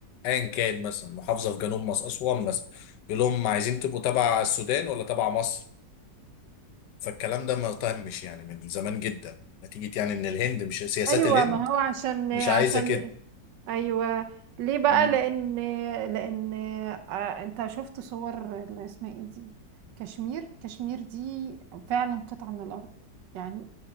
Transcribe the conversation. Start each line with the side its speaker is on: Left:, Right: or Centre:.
Left: ايا كان مثلا محافظة في جنوب مصر أسوان مثلا يقول لهم عايزين تبقوا تبع السودان ولا تبع مصر فالكلام ده ما تمش يعني من زمان جدا نتيجة يعني ان الهند مش سياسات
Right: ايوه
Left: الهند
Right: ما هو عشان
Left: مش
Right: عشان
Left: عايزة كده
Right: ايوه ليه بقى
Left: مم.
Right: لان لان آه، انت شفت صور اللي اسمها ايه دي كشمير كشمير دي فعلا قطعة من الارض يعني